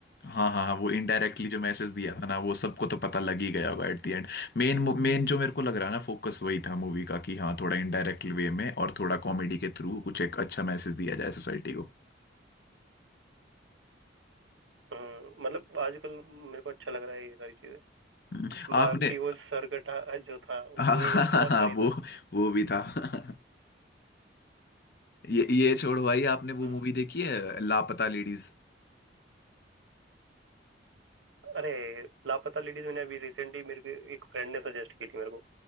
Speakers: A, on the left; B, on the right.
A: हाँ हाँ हाँ वो इनडायरेक्टली जो मैसेज दिया था ना वो सबको तो पता लग ही गया होगा at the end Main main जो मेरे को लग रहा है ना फोकस वही था मूवी का कि हाँ थोड़ा इनडायरेक्ट वे में और थोड़ा कॉमेडी के थ्रू कुछ एक अच्छा मैसेज दिया जाए सोसाइटी को
B: हम्म मतलब आजकल मेरे को अच्छा लग रहा है ये सारी चीजें
A: हम्म,
B: बाकी
A: आपने
B: वो सरगटा जो था
A: <laughs>
B: वो
A: हाँ
B: भी बहुत फनी था
A: वो वो भी था <laughs> ये ये छोड़ भाई आपने वो
B: हम्म
A: मूवी देखी है लापता लेडीज
B: अरे लापता लेडीज मैंने अभी रिसेंटली मेरे को एक फ्रेंड ने सजेस्ट की थी मेरे को